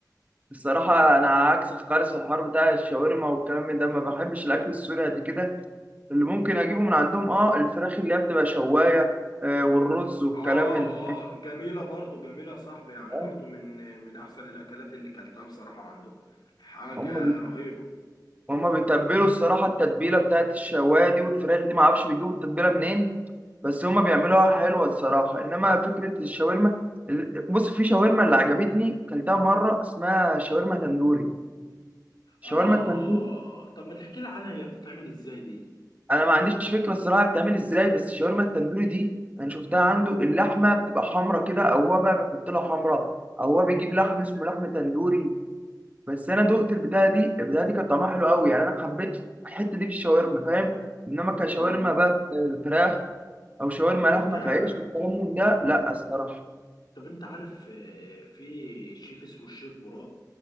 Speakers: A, on the right (about 20°); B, on the left (about 85°).
A: الصراحه انا عكسك خالص في الحوار بتاع الشاورما والكلام من ده ما بحبش الاكل السوري قد كده اللي ممكن اجيبه من عندهم اه الفراخ اللي هي بتبقى شوايه آه، والرز والكلام
B: اه
A: من ده
B: اه جميلة برضو جميلة يا صاحبي يعني
A: فاهم؟
B: برضو من من احسن الاكلات اللي كلتها بصراحة عنده حاجة
A: هم
B: رهيبة
A: وهما بيتبلوا الصراحة التتبيلة بتاعت الشواية دي والفراخ دي معرفش بيجيبوا التتبيلة منين بس هما بيعملوها حلوة الصراحة إنما فكرة الشاورما ال- بص في شاورما اللي عجبتني كلتها مرة اسمها شاورما تندوري الشاورما
B: اه
A: التندوري
B: طب ما تحكي لي عنها هي بتتعمل ازاي دي
A: أنا ما عنديش فكرة الصراحة بتعمل إزاي بس الشاورما التندوري دي أنا شفتها عنده اللحمة بتبقى حمرا كده أو هو بقى بيحط لها حمرا أو هو بيجيب لحم اسمه لحم تندوري بس انا دقت البتاعه دي البتاعه دي كانت طعمها حلو قوي يعني انا حبيت الحته دي في الشاورما فاهم انما كشاورما
B: امم
A: بقى في الفراخ او شاورما
B: طب
A: لحمه
B: انت
A: في عيش والكلام من ده
B: طب
A: لا الصراحه
B: طب انت عارف آه، في شيف اسمه الشيف براك